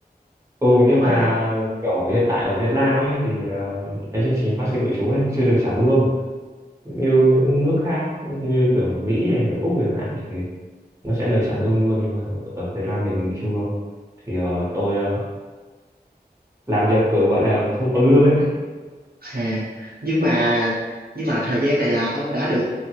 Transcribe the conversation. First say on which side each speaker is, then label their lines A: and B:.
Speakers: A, on the right; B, on the right.
A: ừ nhưng
B: ông nói
A: mà
B: đi
A: kiểu hiện tại ở Việt Nam ấy thì ờ, cái chương trình bác sĩ nội trú ấy chưa được trả lương như những nước khác như kiểu Mỹ hay là Úc chẳng hạn thì nó sẽ lời trả lương luôn nhưng mà ở Việt Nam mình chưa thì ờ, tôi ờ, làm việc kiểu gọi là không có lương ấy
B: hà, nhưng mà, nhưng mà thời gian này là ông đã được